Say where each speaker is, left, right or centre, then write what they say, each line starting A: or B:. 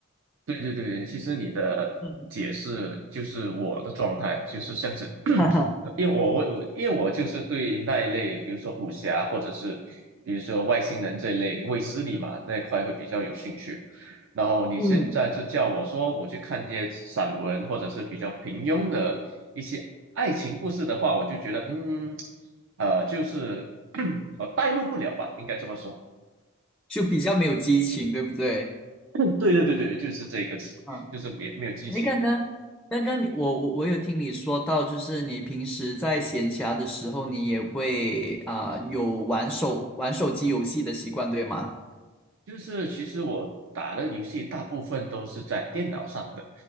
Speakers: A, on the right; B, in the centre.
A: 对对对，其实你的解释就是我的状态，
B: 嗯，
A: 就是像是，
B: <laughs> 哈哈，
A: <clears throat> 因为我我我因为我就是对那一类，比如说武侠或者是比如说外星人这一类卫斯理嘛那一块会比较有兴趣。然后你现在就叫我说我去看一些散文或者是比较平庸的一些爱情故事的话，
B: 嗯
A: 我就觉得嗯呃就是 <clears throat> 我带入不了吧，应该这么说。
B: 就比较没有激情，对不对？
A: 嗯对对对对，就是这个词，
B: 嗯，
A: 就是没没有激情。
B: 诶，刚刚刚刚你我我我有听你说到，就是你平时在闲暇的时候，你也会啊、有玩手玩手机游戏的习惯，对吗？
A: 就是其实我打的游戏大部分都是在电脑上的，